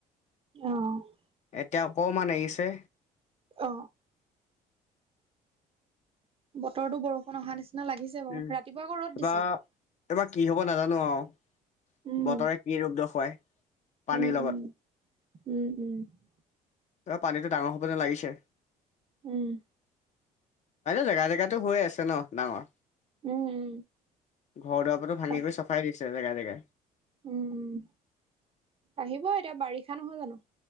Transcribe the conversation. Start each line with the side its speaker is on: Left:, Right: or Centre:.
Right: অ'
Left: এতিয়া অকণমান এৰিছে।
Right: অ বতৰতো বৰষুণ অহা নিচিনা লাগিছে বাৰু।
Left: উম
Right: ৰাতিপুৱা আকৌ ৰ'দ
Left: এইবাৰ
Right: দিছিলে।
Left: এইবাৰ কি হ'ব নাজানো আৰু
Right: উম
Left: বতৰে কি ৰূপ দখুৱায়। পানীৰ
Right: উম, উম,
Left: লগত,
Right: উম, উম,
Left: পানীটো ডাঙৰ হ'ব যেন লাগিছে।
Right: উম
Left: জেগাই জেগাইটো হৈয়ে আছে ন' ডাঙৰ।
Right: উম
Left: ঘৰ-দুৱাৰ বোৰতো ভাঙি
Right: উম,
Left: কৰি চফাই দিছে জেগাই জেগাই।
Right: উম, আহিব এতিয়া বাৰিষা নহয় জানোঁ।